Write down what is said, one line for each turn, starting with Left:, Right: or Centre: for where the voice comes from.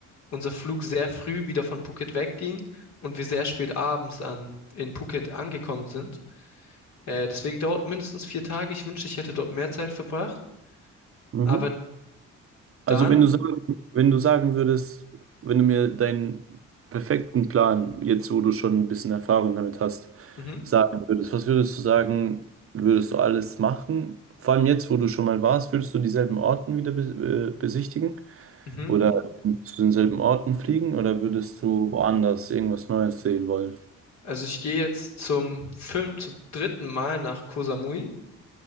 Left: unser Flug sehr früh wieder von Phuket wegging und wir sehr spät abends an, in Phuket angekommen sind. Äh, deswegen dauert mindestens vier Tage. Ich wünschte, ich hätte dort mehr Zeit verbracht.
Right: Mhm.
Left: Aber dann,
Right: Also wenn du sagen, wenn du sagen würdest, wenn du mir deinen perfekten Plan, jetzt wo du schon ein bisschen Erfahrung damit hast,
Left: mhm,
Right: sagen würdest, was würdest du sagen, würdest du alles machen? Vor allem jetzt, wo du schon mal warst, würdest du dieselben Orten wieder be äh, besichtigen
Left: mhm.
Right: oder zu denselben Orten fliegen oder würdest du woanders irgendwas Neues sehen wollen?
Left: Also ich gehe jetzt zum fünf, zum dritten Mal nach Koh Samui.